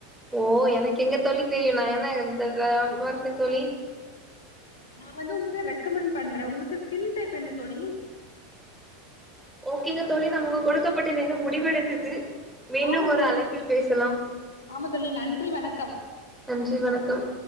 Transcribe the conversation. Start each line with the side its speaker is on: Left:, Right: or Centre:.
Centre: ஓ எனக்கு எங்க தோழி தெரியும் நான் என்ன இருந்தமா இருக்கன் தோழி
Left: நா வந்து உங்களுக்கு ரெக்கமெண்ட் பண்றேன் உங்களுக்கு ஸ்கின் டைப் என்ன தோழி
Centre: ஓகேங்க தோழி நமக்கு கொடுக்கப்பட்ட நேரம் முடிவடைந்தது மீண்டும்
Left: ஆமா
Centre: ஒரு
Left: தோழி
Centre: அழைப்பில் பேசலாம்
Left: ஆமா தோழி நன்றி வணக்கம்
Centre: நன்றி வணக்கம்